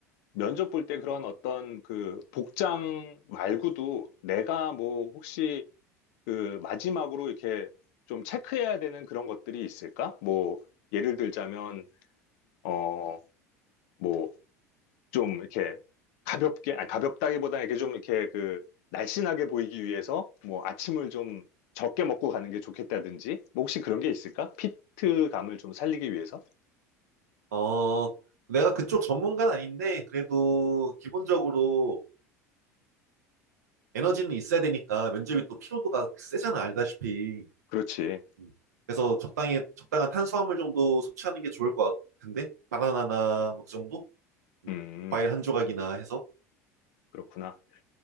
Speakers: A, on the left; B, on the right.
A: 면접 볼 때 그런 어떤 그, 복장 말고도 내가 뭐, 혹시 그, 마지막으로 이렇게 좀 체크해야 되는 그런 것들이 있을까? 뭐, 예를 들자면, 어, 뭐, 좀 이렇게 가볍게, 아니 가볍다기보다 이렇게 좀 이렇게 그 날씬하게 보이기 위해서 뭐 아침을 좀 적게 먹고 가는 게 좋겠다든지, 뭐 혹시 그런 게 있을까? 피트감을 좀 살리기 위해서?
B: 어, 내가 그쪽 전문가는 아닌데, 그래도 기본적으로 에너지는 있어야 되니까 면접이 또 피로도가 세잖아, 알다시피.
A: 그렇지.
B: 음, 그래서 적당히, 적당한 탄수화물 정도 섭취하는 게 좋을 것 같은데? 바나나나 뭐 그 정도? 음,
A: 음,
B: 과일 한 조각이나 해서.
A: 그렇구나.